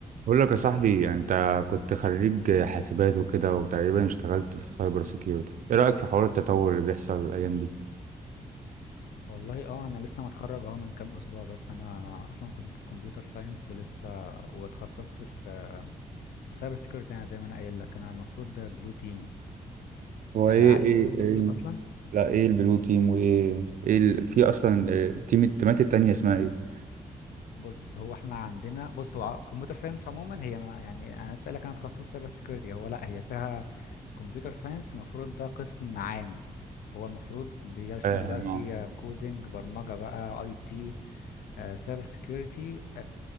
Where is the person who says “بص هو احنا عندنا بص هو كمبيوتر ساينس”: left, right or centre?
Left